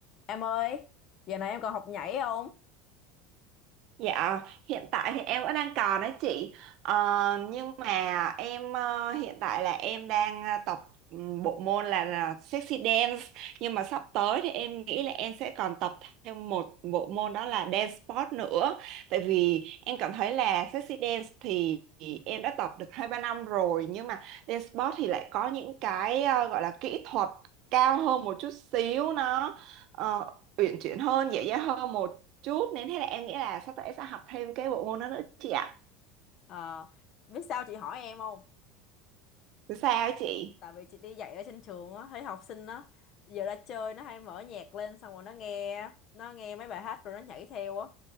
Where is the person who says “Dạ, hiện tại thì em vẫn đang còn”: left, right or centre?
Right